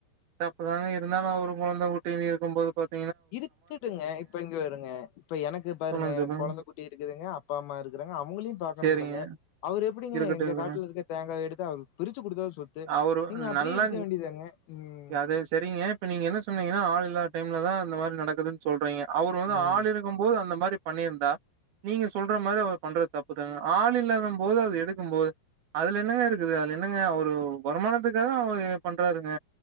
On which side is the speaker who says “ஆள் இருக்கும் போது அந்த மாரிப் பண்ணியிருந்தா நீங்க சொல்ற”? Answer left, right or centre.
Right